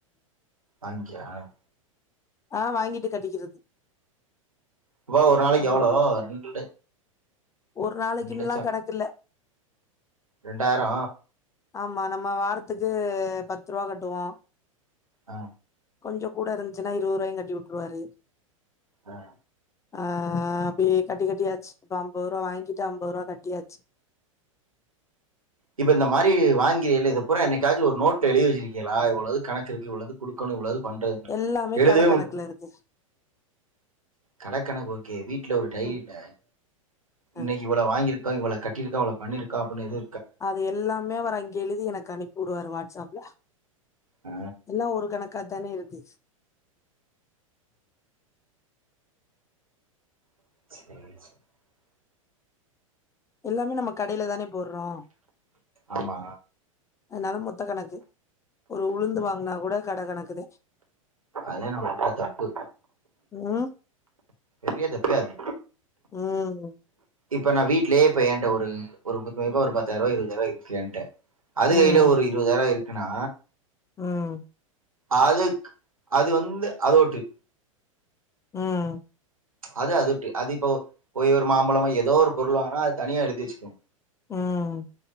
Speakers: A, on the right (about 80°); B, on the left (about 15°).
A: அஞ் யான்
B: ஆ வாங்கிட்டு கட்டிக்கிறது
A: இப்ப ஒரு நாளைக்கு
B: நம்ப
A: எவ்ளோ ரெண்டு
B: ஒரு நாளைக்குன்னல்லா
A: ரெண்டு லட்சோ
B: கணக்கு இல்ல
A: ரெண்டாயிரோ
B: ஆமா நம்ம வாரத்துக்கு பத்துருவா கட்டுவோ
A: ஆ
B: கொஞ்ச கூட இருந்ச்னா இருவதுருவாயு கட்டி உட்ருவாரு
A: ஆ
B: ஆ அப்டியே கட்டி கட்டியாச்சு இப்ப அம்பதுருவா வாங்கிட்டு அம்பதுருவா கட்டியாச்சு
A: இப்ப இந்த மாரி வாங்கிறீல இதப்பூரா என்னைக்காச்சு ஒரு நோட்ல எழுதி வச்சிருக்கிகளா இவ்ள இது கணக்கிருக்கு இவ்ள இது குடுக்கணு இவ்ள இது பண்றது
B: எல்லாமே
A: எழுதவே
B: கட கணக்குல
A: மா
B: இருக்கு
A: கடகணக்கு ஓகே வீட்ல ஒரு டைரில
B: ம்
A: இன்னைக்கு
B: அ
A: இவ்ள வாங்கிருக் இவ்ள கட்டிருக்கோ இவ்ளோ பண்ணிருக்கா அப்டின் எது
B: அது எல்லாமே வர அங்கெ எழுதி எனக்கு அனுப்பி விடுவாரு வாட்ஸ்அப்ல
A: ஆ
B: எல்லாம் ஒரு கணக்கா தானே இருத்துச்சி
A: <unintelligible>
B: எல்லாமே நம்ம கடையில தானே போடுறோம்
A: ஆமா
B: அதனால மொத்த கணக்கு ஒரு உளுந்து வாங்குனா கூட கடை கணக்குதா
A: அதா எனோட <unintelligible> தப்பு
B: ம்
A: பெரிய தப்பே அதா
B: ம்
A: இப்ப நா வீடலயே போய் ஏண்ட ஒ ரு ஒரு குத்துமதிப்பா ஒரு பத்தாயிரூபா இருபதாயிரரூபா இருக்கலன்ட்ட அது
B: ம்
A: கையில ஒரு இருபதாயிரம் இருக் நா
B: ம்
A: அதுக் அது வந்து அதோட்டு
B: ம்
A: அது அது அது இப்ப போய் ஒரு மாம்பழமோ ஏதோ ஒரு பொருள் வாங்குனா அது தனியா எழுதி வச்சுக்கணு
B: ம்